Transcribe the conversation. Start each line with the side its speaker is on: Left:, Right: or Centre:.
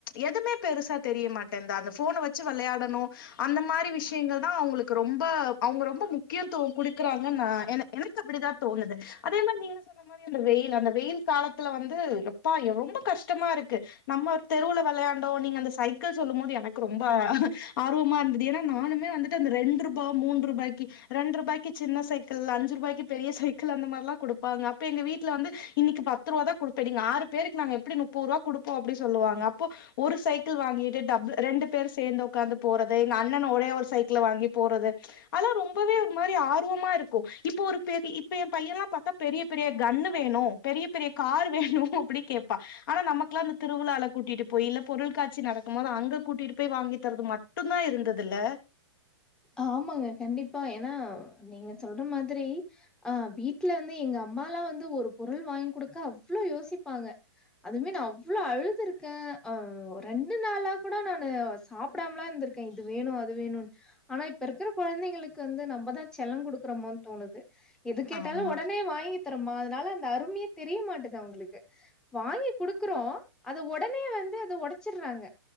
Left: எதுவுமே பெருசா தெரி மாட்டேன்ந்து அந்த ஃபோன வச்சு வெச்சு வெளயாடணு அந்த மாரி விஷயங்கள்தா அவுங்ளுக்கு ரொம்ப அவுங்க ரொம்ப முக்கியத்துவ குடுக்குறாங்க நா என எனக்கப்படிதா தோணுது அதே மாரி நீங்க சொல்ற அ மாரி அந்த வெயிலு அந்த வெயில் காலத்துல வந்து எப்பா ரொம்ப கஷ்டமாருக்கு நம்ம ஒரு தெருவுல வெளயாண்டோ நீங்க அந்த சைக்கிள் சொல்லு போது எனக் ரொம்ப ஆர்வமா இருந்தது ஏனா நானுமே வந்துட் ட்டு ரெண்டுர்பா மூன்ரூபாய்க்கி ரெண்ட் ரூாய்கி சின்ன சைக்கல்லான் அஞ்சிருபாய்க்கி பெரிய சைக்கிள் அந்த மாரிலா குடுப்பாங்க அப்ப எங்க வீட்ல வந்து இன்னைக் பத்ருவாதா குடு இப்பநீங்க ஆறு பேருக்கு நாங்க எப்டி நுப்பது ரூவா குடுப்போ அப்டி சொல்லுவாங்க அப்போ ஒரு சைக்கிள் வாங்கிட்டு டபுள் ரெண்டு பேர் சேர்ந்து ஒக்காந்து போறது எங்க அண்ணன ஒரே ஒரு சைக்கிள் வாங்கி போறது அதலா ரொம்பவே ஒரு மாரி ஆர்வமாருக்கு இப்போ ஒரு பெரி இப்ப ஏ பையல்லா பாத்தா பெரிய பெரிய கன்னு வேணூ பெரிய பெரிய காரு வேணூ அப்டி கேட்பா ஆனா நமக்கெல்லா இந்த திருழால கூட்டிட்டு போயி இல்ல பொருள்காட்சி நடக்கு போது அங்க கூட்டிட்டு போயி வாங்கி தரது ம ட்டுதா இருந்ததுல
Centre: ஆமாங்க கண்டிப்பா ஏனா நீங்க சொல்ற மாதிரி ஆ வீட்லந்து எங்க அம்மாலா வந்து ஒரு பொருள் வாங்கி குடுக்க அவ்ளோ யோசிப்பாங்க அதுமே நா அவ்ளோ அழுதுருக்கே அ ரெண்டு நாளா கூட நானு சாப்டாமலா இருந்திர்க்கே இது வேணூ அது வேணூனு ஆனா இப்பருக்கிற கொழந்தைங்களுக்கு வந்து நம்மதா செல்லம் குடுக்குறமோனு தோணுது எது கேட்டாலு
Left: ஆமா
Centre: ஒடனே வாங்கி தரமா அதனால அந்த அருமயே தெரிய மாட்டது அவுங்ளுக்கு வாங்கி குடுக்குறோ அத ஒடனே வந்து அத ஒடச்சிர்றாங்க